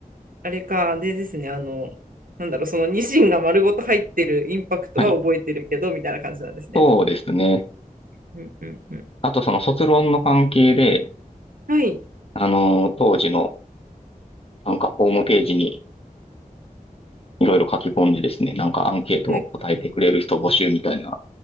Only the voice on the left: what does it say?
はい。
そうですね。
あと、その卒論の関係で、
あの、当時の、なんかホームページにいろいろ書き込んでですね、なんかアンケートを答えてくれる人募集みたいな